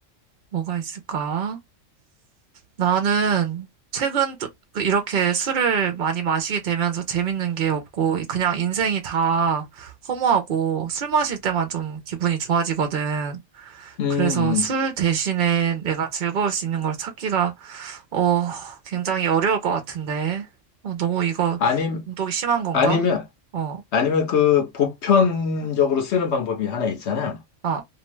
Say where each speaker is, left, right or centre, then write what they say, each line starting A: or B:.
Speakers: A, on the right (about 55°); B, on the left (about 65°).
A: 뭐가 있을까? 나는 최근 또- 그 이렇게 술을 많이 마시게 되면서 재밌는 게 없고 그냥 인생이 다 허무하고 술 마실 때만 좀 기분이 좋아지거든.
B: 음, 음.
A: 그래서 술 대신에 내가 즐거울 수 있는 걸 찾기가 어 굉장히 어려울 것 같은데. 어, 너무 이거
B: 아님,
A: 운동이 심한 건가?
B: 아니면,
A: 어,
B: 아니면 그 보편적으로 쓰는 방법이 하나 있잖아.
A: 아,